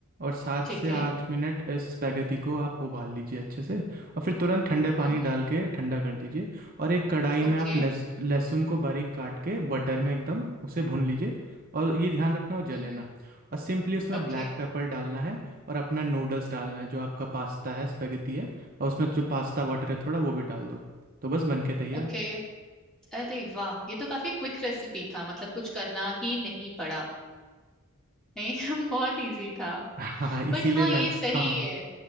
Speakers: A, on the right; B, in the centre.
A: और सात
B: ठीक
A: से
B: है
A: आठ मिनट इस स्पेगेटी को आप उबाल लीजिए अच्छे से और फिर तुरंत ठंडे पानी
B: हम्म,
A: डाल के ठंडा कर दीजिए और एक कढ़ाई
B: ओके
A: में आप लहस लहसुन को बारीक काट के बटर में एकदम उसे भून लीजिए और ये ध्यान रखना वो जले
B: हम्म,
A: ना और सिंपली उसमें
B: ओके
A: ब्लैक पेपर डालना है और अपना नूडल्स डालना है जो आपका पास्ता है स्पेगेटी है और उसमें जो पास्ता वाटर है थोड़ा वो भी डाल दो तो बस बन के तैयार
B: ओके अरे वाह ये तो काफी क्विक रेसिपी था मतलब कुछ करना ही नहीं पड़ा नहीं <laughs> बहुत इजी था
A: हाँ हाँ इसीलिए
B: बट हाँ
A: मैं
B: ये सही
A: हाँ हाँ
B: है